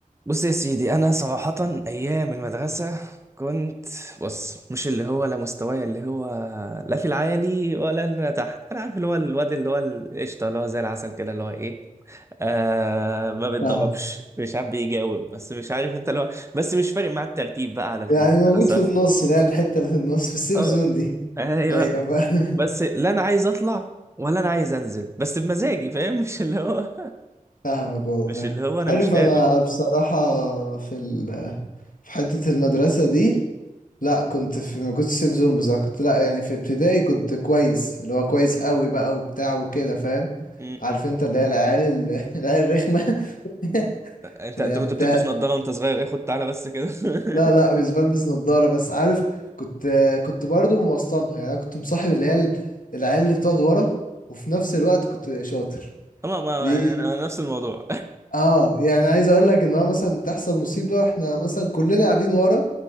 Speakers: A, on the right; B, on the left.
A: بص يا سيدي انا صراحة ايام المدرسة كنت بص مش اللي هو لا مستواي اللي هو لا في العالي ولا اللي أنا تحت انا عارف اللي هو الواد اللي هو القشطة اللي هو زي العسل كده اللي هو ايه آه ما بيتضربش
B: فاهم
A: مش عارف بيجاوب بس مش عارف انت اللي هو بس مش فارق مع الترتيب بقى على المدرسة
B: يعني موجود في النص اللي هي الحتة اللي في النص في السيف
A: اه
B: زون دي
A: ايوه
B: <laughs> ايوه فاهم
A: بس لا انا عايز اطلع ولا انا عايز انزل بس بمزاجي فاهم مش اللي هو <laughs>
B: فاهمك والله
A: مش اللي هو انا
B: عارف
A: مش قادر
B: انا بصراحة في ال في حتة المدرسة دي لا كنت في ما كنتش سيف زون بصراحة كنت لا يعني في ابتدائي كنت كويس اللي هو كويس قوي بقى وبتاع وكده فاهم
A: م-
B: عارف
A: م.
B: انت اللي هي العيال ال- <laughs> العيال الرخمة
A: انت
B: <laughs> اللي
A: انت
B: هي
A: كنت
B: بتاع
A: بتلبس نظارة وانت صغير ايه خد تعالى بس كده
B: لا
A: <laughs>
B: لا مش بلبس نظارة بس عارف كنت كنت برضو موسطنها يعني أنا كنت مصاحب اللي هي ال- العيال اللي بتقعد ورا وفي نفس الوقت كنت شاطر
A: اما ما
B: دي
A: انا أنا نفس الموضوع
B: اه يعني عايز اقول لك ان هو مثلا تحصل مصيبة احنا مثلا كلنا قاعدين ورا